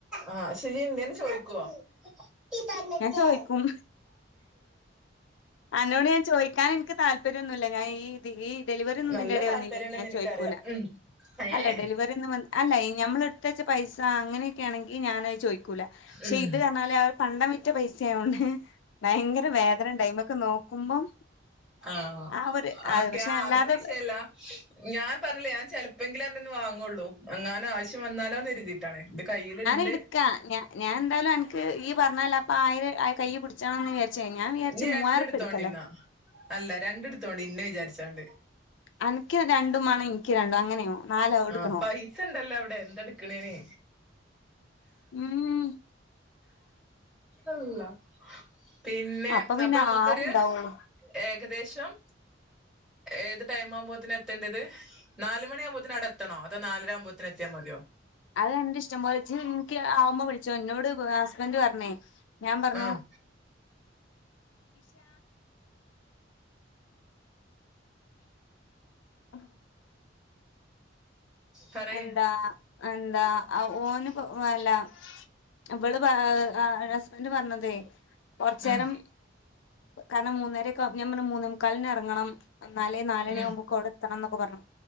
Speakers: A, in the centre; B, on the left (about 75°).
A: ആഹ് ശെരി എന്തിയെന്ന് ചോദിക്കോ? നീ പറഞ്ഞിട്ട്.
B: ഞാൻ ചോദിക്കും അന്നോട് ഞാൻ ചോദിക്കാൻ എനിക്ക് താല്പര്യൊന്നുവില്ല. ഞാൻ ഈഹ് ഈ ഡെലിവറിയോന്നും
A: നല്ല
B: ഇതിന്റെ എടെൽ
A: താല്പര്യംണ്ടെന്ന്
B: വന്നില്ലേ ഞാൻ
A: എനിക്കറിയാം
B: ചോദിക്കൂല.
A: ഉം ഏഹ്
B: അല്ല ഡെലിവറി ഒന്നും വ അല്ല ഈ ഞമ്മള് എടുത്ത വച്ച പൈസ അങ്ങനെക്കെ ആണെങ്കിൽ ഞാനത് ചോദിക്കൂല. പക്ഷെ
A: ഉം
B: ഇത് പറഞ്ഞാല് അവ പണ്ടം വിറ്റ പൈസയായോണ്ട് ഭയങ്കര വേദന ഉണ്ടായി നമ്മക്ക് നോക്കുമ്പം.
A: ആഹ്
B: ആ ഒരു ആ,
A: ഓക്കെ
B: പക്ഷെ
A: ആഹ്
B: അല്ലാതെ
A: അത് വിഷയല്ല. ഞാൻ പറഞ്ഞില്ലേ ഞാൻ ചെല പ്പങ്കിലേ അൻ്റെന്ന് വാങ്ങുള്ളൂ. എന്നാലും ആവശ്യം വന്നാലോന്ന് കരുതിയിട്ടാണ്. എന്റെ കയ്യില്ണ്ട്.
B: എടുക്കാ ക്കാ ഞാൻ ഞാൻ എന്തായാലും അനക്ക് ഇയ്യ് പറഞ്ഞതല്ലേ അപ്പ ആയിരം കയ്യി പിടിച്ചോളാന്ന് വിചാരി ച്ച് ഞാൻ വിചാരിച്ചു
A: ഇനി
B: മൂവായിരുറുപ്പിയ
A: രണ്ടെടുത്തോണ്ടിന്നാ
B: എടുക്കല്ലേ
A: അല്ല രണ്ടിടത്തോണ്ട് ഇന്നെ വിചാരിച്ചോണ്ട്.
B: അനക്ക് രണ്ടും മേണം എനിക്ക് രണ്ടും അങ്ങനെയോ നാലോ എടുക്കണോ
A: ആഹ് പൈസ ഇണ്ടല്ലോ അവടെ എന്തെടുക്കണേന്
B: ഉം
A: അള്ള പിന്നെ
B: അപ്പൊ പിന്നെ
A: അപ്പ നമ്മക്കൊരു
B: ആറുണ്ടാവുള്ളൂ
A: ഏകദേശം ഏത് ടൈം ആവുമ്പോത്തിന് എത്തേണ്ടത് നാല് മണിയാകുമ്പോത്തിന് അവടെ എത്തണോ അതോ നാലരാകുമ്പോത്തിന് എത്തിയാ മതിയോ
B: അത് അന്റെ ഇഷ്ടംപോലെ ഇജ്ജ് ഇൻക്ക് ആവുമ്മ വിളിച്ചോ എന്നോട് ഹസ്ബൻന്റ് പറഞ്ഞേ ഞാൻ പറഞ്ഞു
A: ആഹ്
B: ആ
A: പറയ്
B: എന്താ എന്താ ഓനു വല്ല ഇബള് ആഹ്‌ ഹസ്ബൻന്റ് പറഞ്ഞതേ കൊറച്ചേരം
A: ഉം
B: കാരണം മൂന്നേരക്കാ ഞാൻ പറഞ്ഞു മൂന്നേമുക്കാലിന് എറങ്ങണം എന്നാലേ നാല്മണിയാവുമ്പോക്ക്
A: ഉം
B: അവിടെ എത്തണംന്നൊക്കെ പറഞ്ഞു